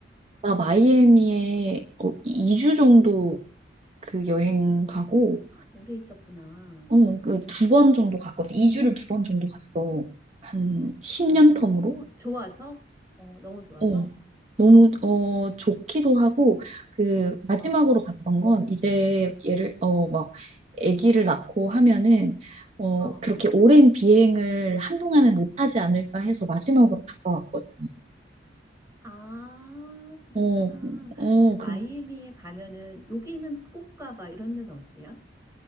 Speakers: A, on the right; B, on the right.
A: 나 마이애미에 어, 2주 정도
B: 응.
A: 그 여행 가고,
B: 오래 있었구나.
A: 어, 그 두 번 정도 갔거든. 2주를 두 번 정도 갔어. 한 10년
B: 어,
A: 텀으로.
B: 좋아서? 어, 너무 좋아서?
A: 어, 너무, 어, 좋기도 하고, 그, 마지막으로
B: 어,
A: 갔던 건, 이제, 얘를, 어, 막, 아기를 낳고 하면은, 어,
B: 어,
A: 그렇게
B: 어.
A: 오랜 비행을 한동안은 못하지 않을까 해서 마지막으로 갔다 왔거든.
B: 아, 그랬구나.
A: 어, 어,
B: 그 마이애미에
A: 그,
B: 가면은 여기는 꼭 가봐 이런 데는 어때요?